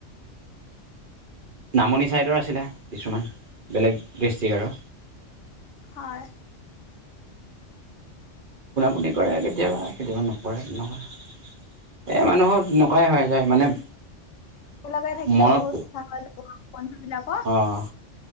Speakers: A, on the right; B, on the left.
A: নামনি ছাইডৰ আছিলে কিছুমান বেলেগ ডিষ্ট্ৰিক আৰু।
B: হয়।
A: পোনা পুনি কৰে কেতিয়াবা কেতিয়াবা নকৰে নকৰে। এই মানুহক নকৰাই হৈ যায় মানে
B: লগাই থাকিলে
A: মনত
B: বহুত কথা হল বন্ধু বিলাকৰ
A: অঁ